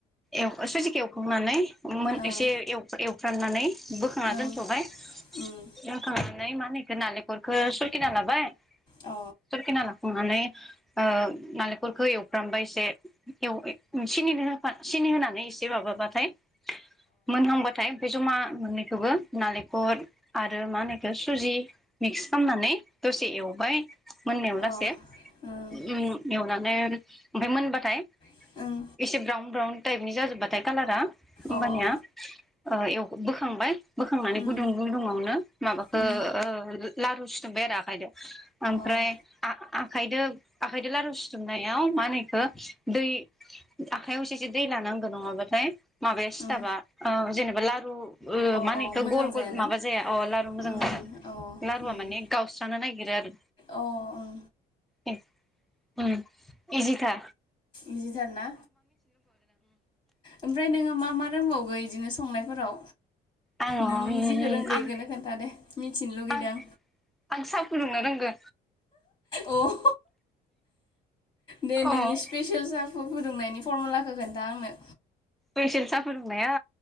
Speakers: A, in the centre; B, on the left.
A: एव सुजिखौे एखांनानै मोन
B: ओं
A: एसे एवफ्राननानै बोखांना
B: उम अ उम
A: दोनथ'बाय
B: अ उम
A: दोनथनानै मा होनो इखो नालेंखरखो सुरकिना लाबाय।
B: अ
A: सुरकिना ला लाखांनानै ओ नालेंखरखौ एवफ्रामबाय एसे एव सिनिनि होफा <inaudible> सिनि होनानै एसे माबाबाथाय मोनहांबाथाय ओमफाय जमा मोननैखौबो नालेखर मानो होनो इखो सुजि मिक्स खालामनानै दसे एवबाय मोननायाव लासे
B: ओं अ
A: ओम एवनानै ओमफ्राय मोनबाथाय
B: उम
A: एसे ब्राउन ब्राउन टाइपनि जाजोबबा थाय कालारा होमबानिया
B: ओं अ
A: ओ एव बोखांबाय बोखांनानै
B: उम
A: गुदुं गुदुङावनो माबाखो
B: उम
A: ओ लारु सिथुब्बाय आरो आखाइदो ओमफ्राय
B: अ
A: आ-आखाइदो आखाइदों लारु सिथुमनायाव मानो हो नो दै <inaudible> आखायाव एसेसो दै लानांगौ नङाबाथाय माबाया सिथाबा
B: उम
A: ओ जेनेबा ला औ औ
B: अ
A: मानो
B: अ
A: इखौ
B: मोजां
A: गल
B: जायाना
A: गल माबा जाया अ लारु मोजां
B: उम
A: जा
B: उम अ उम
A: लारुआ माने गावस्रानो नागिरो आरो
B: अ उम
A: उम इजिखा
B: इजिथार ना ओमफ्राय नोङो मा मा रोंबावगोन? बिदिनो संनायफोराव
A: आङो
B: नों
A: उम
B: जिखौ रोंगो
A: आं
B: इखोनो खोन्थादे मिथिनो लुगैदों
A: आं आं सा फुदुंनो रोंगो
B: अह दे
A: अ
B: नोंनि स्पेसियेल साखौ फुदुंनायनि फरमुलाखौ खोनथा आंनो?
A: फइसोन सा फुदुंनाया।